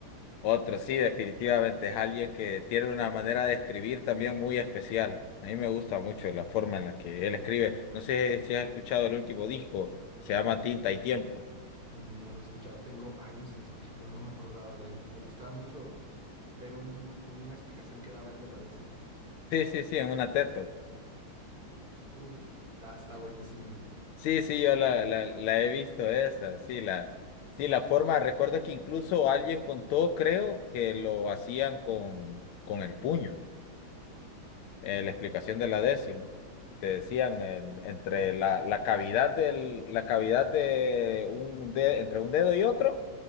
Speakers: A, on the left; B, on the right.
A: Otro, sí, definitivamente es alguien que tiene una manera de escribir también muy especial. A mí me gusta mucho la forma en la que él escribe. No sé si has escuchado el último disco, se llama Tinta y Tiempo.
B: No lo he escuchado. Tengo años sin escucharlo, no me acordaba de él. Me gustaba mucho ver un, una explicación que daba él de la décima.
A: Sí, sí, sí, en una teto.
B: Uf, está, está buenísimo.
A: Sí, sí, yo la, la, la he visto esa, sí, la, sí, la forma, recuerdo que incluso alguien contó, creo, que lo hacían con, con el puño eh, la explicación de la décima. Te decían en- entre
B: ¿Cómo?
A: la, la cavidad del, la cavidad de un de- entre un dedo y otro